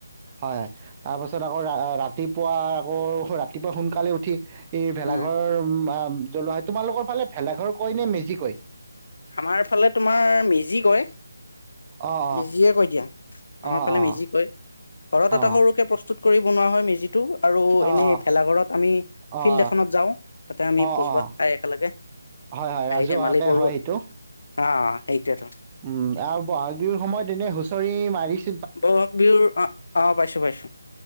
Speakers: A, on the right (about 20°); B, on the left (about 65°).
A: হয়। তাৰপাছত আকৌ ৰাতি ৰাতিপুৱা আকৌ ৰাতিপুৱা সোনকালে উঠি এই ভেলাঘৰ।
B: উম,
A: জ্বলোৱা হয় তোমালোকৰ ফালে ভেলাঘৰ কয় নে মেজি কয়?
B: আমাৰ ফালে তোমাৰ মেজি কয়।
A: অঁ
B: মেজিয়ে কৈ দিয়া আমাৰ
A: অঁ
B: ফালে
A: অঁ
B: মেজি কয় ঘৰত
A: অঁ
B: এটা সৰুকে প্ৰস্তুত কৰি বনোৱা হয় মেজিত টো আৰু
A: অঁ
B: এনেই
A: অঁ
B: ভেলাঘৰত আমি
A: অঁ
B: ফিল্ড এখনত যাওঁ তাতে আমি
A: অঁ অঁ
B: ভোজ
A: অঁ
B: ভাত খাই একেলগে
A: হয় হয়
B: হাঁহি
A: ৰাজুহোৱাকে
B: ধেমালি কৰো
A: হয়
B: আৰু
A: এইটো
B: অ এইটোৱে টো
A: উম আৰু বহাগ বিহু সময়ত এনে হুঁচৰি মাৰিছে
B: বহাগ বিহুৰ আহ আহ পাইছো পাইছো